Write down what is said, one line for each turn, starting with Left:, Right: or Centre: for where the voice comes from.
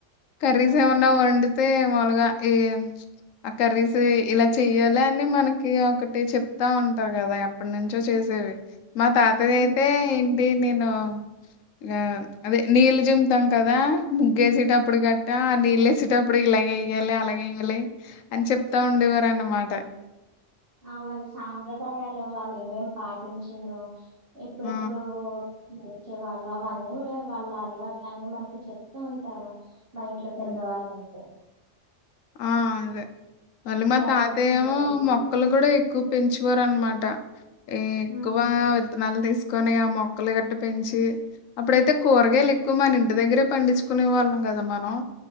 Left: కర్రీస్
Right: ఉమ్
Left: ఏమన్నా ఒన్ మామూలుగా ఏ ఆ కర్రీస్ ఇలా చెయ్యాలి అని మనకి ఒకటి చెప్తా టారు కదా ఎప్పటి నుంచో చేసేవి మా తాతది
Right: ఉమ్
Left: అయితే ఏంటి నేను నామ్ అదే నీళ్ళు చింమ్ముతాం కదా ముగ్గేసేటప్పుడ్ గట్ట ఆ నీళ్లేసేటప్పుడ్ ఇలాగెయ్యాలి అలాగె య్యాలి అన్ చెప్తా ఉండేవార్ అన్నమాట.
Right: ఆ వాళ్ళ సాంప్రదాయాలు వెళ్ళేమేం పాటించిన్రో ఎప్పుడెప్పుడూ
Left: ఆ!
Right: ఓకే వాళ్ళు అవన్నీ గుడా వాళ్ళ అలవాట్లన్ని మనకి చెప్తూ ఉంటారు. మా ఇంట్ల పెద్దవాళ్ళన్
Left: హ్మ్. ఆ అదే మళ్ళీ
Right: ఇలా
Left: మా తాతయ్యేమో
Right: పొద్దున లేవాలి.
Left: మొక్కలు కుడ ఎక్కు పెంచుకోరన్మాట ఏ ఎక్కువా
Right: హ్మ్
Left: విత్తనాల్ తీస్కొని ఆ మొక్కలు గట్ట పెంచి అప్పుడైతే కూరగాయల్ ఎక్కువ మనింటి దగ్గరే పండిచ్చుకునే వాళ్ళం గదా మనం.